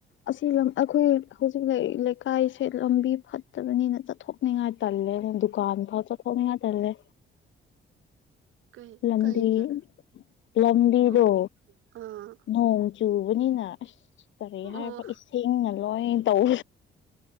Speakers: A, on the left (about 70°); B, on the right (about 85°).
A: ꯑꯁꯤ ꯂꯝ ꯑꯩꯈꯣꯏ ꯍꯧꯖꯤꯛ ꯂꯩꯀꯥꯏꯁꯦ ꯂꯝꯕꯤ ꯐꯠꯇꯕꯅꯤꯅ ꯆꯠꯊꯣꯛ ꯅꯤꯡꯉꯥꯏ ꯇꯜꯂꯦ ꯗꯨꯀꯥꯟ ꯊꯥꯎ ꯆ ꯊꯉ ꯇꯜꯂꯦ
B: ꯀꯩ
A: ꯂꯝꯕꯤ
B: ꯀꯩꯒꯤ
A: ꯂꯝꯕꯤꯗꯣ
B: ꯑꯣ ꯑꯥ
A: ꯅ ꯆꯨꯕꯅꯤꯅ ꯑꯁ ꯀꯔꯤ ꯍꯥꯏꯕ
B: ꯑꯣ
A: ꯏꯁꯤꯡꯅ ꯂꯣꯏ ꯇꯧ